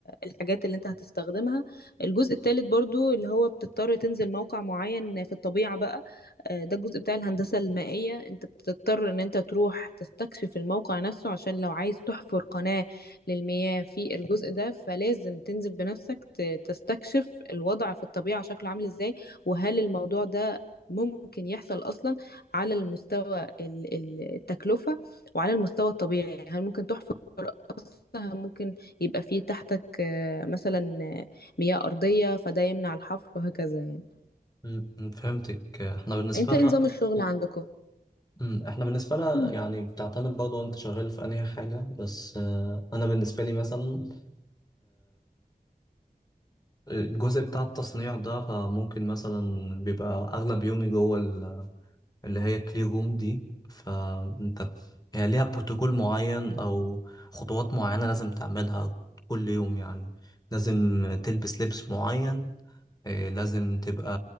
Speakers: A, on the left; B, on the left.
A: الحاجات اللي انت هتستخدمها الجزء الثالث برضو اللي هو بتضطر تنزل موقع معين في الطبيعة بقى آه، ده الجزء بتاع الهندسة المائية انت بتضطر ان انت تروح تستكشف الموقع نفسه عشان لو عايز تحفر قناة للمياه في الجزء ده فلازم تنزل بنفسك ت- تستكشف الوضع في الطبيعة شكله عامل ازاي وهل الموضوع ده ممكن يحصل أصلا على المستوى ال- ال- التكلفة وعلى المستوى الطبيعي هل ممكن تحفر أصلا هل ممكن يبقى فيه تحتك آه، مثلا آه، مياه أرضية فده يمنع الحفر وهكذا يعني
B: أمم، فهمتك احنا بالنسبة
A: انت
B: لنا
A: ايه نظام الشغل عندكم
B: أمم، احنا بالنسبة لنا
A: مم.
B: يعني بتعتمد برضه انت شغال في انهي حاجة بس آه، انا بالنسبة لي مثلا الجزء بتاع التصنيع ده فممكن مثلا بيبقى أغلب يومي جوه ال- اللي هي كلير روم دي فأنت هي ليها بروتوكول معين أو خطوات معينة لازم تعملها كل يوم يعني لازم تلبس لبس معين إيه، لازم تبقى